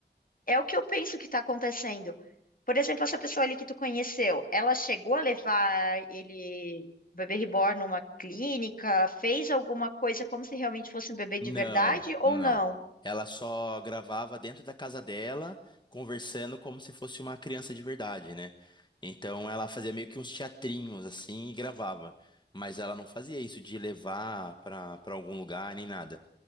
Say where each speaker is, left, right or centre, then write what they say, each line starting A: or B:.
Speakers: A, on the left; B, on the left.
A: É o que eu penso que está acontecendo. Por exemplo, essa pessoa ali que tu conheceu, ela chegou a levar ele, o bebê reborn, numa clínica, fez alguma coisa como se realmente fosse um bebê
B: Não,
A: de verdade ou
B: não.
A: não?
B: Ela só gravava dentro da casa dela, conversando como se fosse uma criança de verdade, né? Então ela fazia meio que uns teatrinhos assim e gravava. Mas ela não fazia isso de levar pra, pra algum lugar nem nada.